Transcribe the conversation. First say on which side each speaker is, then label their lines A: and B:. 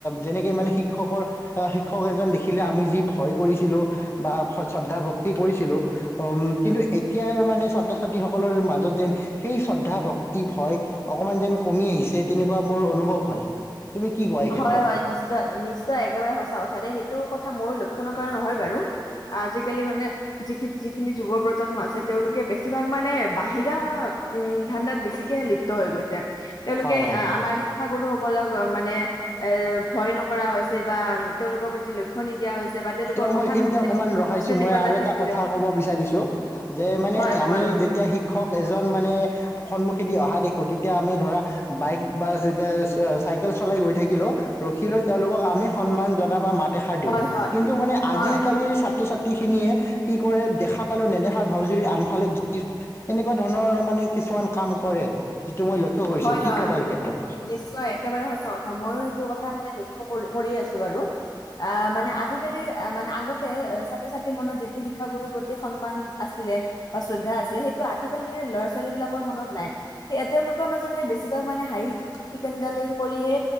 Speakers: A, on the left; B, on the left.
A: যেনেকে মানে শি- শিক্ষকৰ শিক্ষক এজন দেখিলে আমি যি ভয় কৰিছিলো বা শ্ৰদ্ধা ভক্তি কৰিছিলোঁ- উম কিন্তু এতিয়াৰ মানে ছাত্ৰ ছাত্ৰীসকলৰ মাজত যেন সেই শ্ৰদ্ধা ভক্তি ভয়- অকমান যেন কমি আহিছে তেনেকুৱা মোৰ অনুভৱ হয়। তুমি কি কোৱা এই ক্ষেত্ৰত?
B: হয় হয় নিশ্চয় নিশ্চয় একেবাৰে সঁচা কথা দেই। সেইটো কথা মইও লক্ষ্য নকৰা নহয় বাৰু। আজিকালি মানে যিখিন যিখিনি যুৱ প্ৰজন্ম আছে তেওঁলোকে বেছিভাগ মানে বাহিৰা- উম ধাণ্ডাত বেছিকেহে লিপ্ত হৈ গৈছে। তেওঁলোকে
A: হয় হয়
B: আমাৰ শিক্ষাগুৰুসকলক মানে- এ ভয় নকৰা হৈছে বা তেওঁলোকৰ প্ৰতি লক্ষ্য নিদিয়া হৈছে। বা তেওঁলোকৰ
A: তোমাক মই
B: কথা
A: এইখিনিতে
B: নুশুনে
A: অকমান ৰখাইছো
B: শ্ৰেণী
A: মই
B: কোঠাত
A: আৰু এটা
B: থাকিলেও
A: কথা ক'ব বিচাৰিছো। যে মানে
B: হয় কোৱা
A: আমি-
B: বাৰু
A: যেতিয়া শিক্ষক এ- জন মানে সন্মুখে দি অহা দেখোঁ। তেতিয়া আমি ধৰা বাইক বা চাইকেল- ল চলাই গৈ থাকিলেও ৰখিলৈ তেওঁলোকক আমি সন্মান জনাওঁ বা মাত এষাৰ দিওঁ।
B: হয় হয়
A: কিন্তু মানে আজিকালিৰ
B: হয়
A: ছাত্ৰ ছাত্ৰী- খিনিয়ে কি কৰে দেখা পালে নেদেখাৰ ভাওজুৰি আনফালে গুচি যায়। এনেকুৱা ধৰণৰ মানে কি- কিছুমান কাম কৰে। যিটো মই লক্ষ্য কৰিছো
B: হয়
A: কি
B: হয়
A: কবা এই ক্ষেত্ৰত।
B: নিশ্চয় একেবাৰে সঁচা কথা, মইয়ো সেইটো কথা মানে লক্ষ্য কৰি কৰি আছো বাৰু। আহ মানে আজিকালি মানে আগতে ছাত্ৰ-ছাত্ৰীৰ মনত যিটো শিক্ষাগুৰুৰ প্ৰতি সন্মান আছিল বা শ্ৰদ্ধা আছিলে, সেইটো আজিকালি ল'ৰা-ছোৱালী বিলাকৰ মনত নাই স তেওঁলোকে <unintelligible> মাজে মে বেছিভাগ মানে হাঁহি, চিকেন-দালি কৰিহে